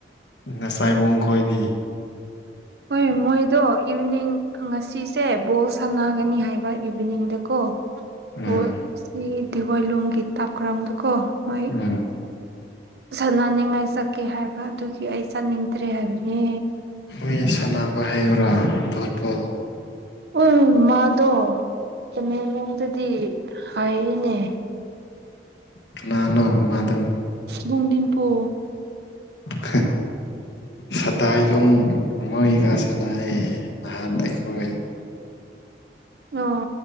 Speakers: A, on the left; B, on the right.
A: ꯅꯁꯥꯏꯕꯨꯡ ꯈꯣꯢꯗꯤ
B: ꯍꯣꯏ ꯃꯣꯏꯗꯣ ꯏꯚꯤꯅꯤꯡ ꯉꯁꯤꯁꯦ ꯕꯣꯜ ꯁꯥꯟꯅꯒꯅꯤ ꯍꯥꯏꯕ ꯏꯚꯤꯅꯤꯡꯗꯀꯣ
A: ꯎꯝ
B: ꯑꯣ ꯁꯤ ꯗꯤꯋꯥꯏꯂꯣꯡꯒꯤ ꯇꯥꯞ ꯀ꯭ꯔꯥꯎꯗꯣꯀꯣ ꯃꯣꯏ
A: ꯎꯝ
B: ꯁꯥꯟꯅꯅꯤꯡꯉꯥꯏ ꯆꯠꯀꯦ ꯍꯥꯏꯕ ꯑꯗꯨꯒꯤ ꯑꯩ ꯆꯠꯅꯤꯡꯗ꯭ꯔꯦ ꯍꯥꯏꯕꯅꯦ
A: ꯍꯣꯏ ꯁꯥꯟꯅꯕ ꯍꯥꯏꯕ꯭ꯔꯥ ꯚꯣꯠꯄꯣ
B: ꯎꯝ ꯃꯥꯗꯣ ꯇꯃꯦꯡꯂꯣꯡꯗꯗꯤ ꯍꯥꯏꯌꯦꯅꯦ
A: ꯀꯅꯥꯅꯣ ꯃꯥꯗꯣ
B: ꯂꯣꯡꯗꯤꯟꯄꯨ
A: ꯍꯥ ꯁꯇꯥꯏꯂꯨꯡ ꯃꯣꯢꯒ ꯁꯅꯩꯌꯦ ꯅꯍꯥꯟ ꯑꯩꯈꯣꯏ
B: ꯑꯣ